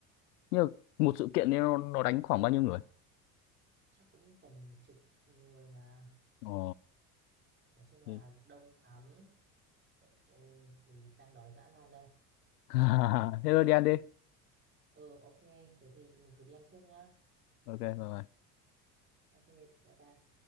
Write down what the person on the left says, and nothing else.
nhưng mà một sự kiện ấy nó, nó đánh khoảng bao nhiêu người
ờ
thế
<laughs> thế thôi đi ăn đi
ok bye bye